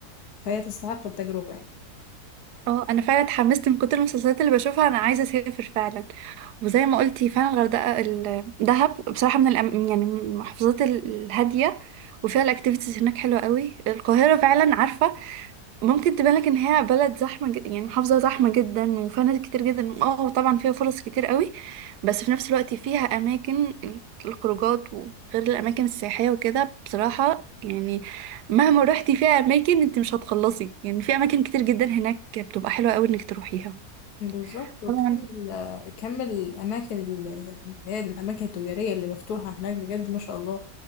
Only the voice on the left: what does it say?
فهي تستحق التجربة يعني
بالظبط وكم
ال- كم الأماكن ال- اللي هي الأماكن التجارية اللي مفتوحة هناك بجد ما شاء الله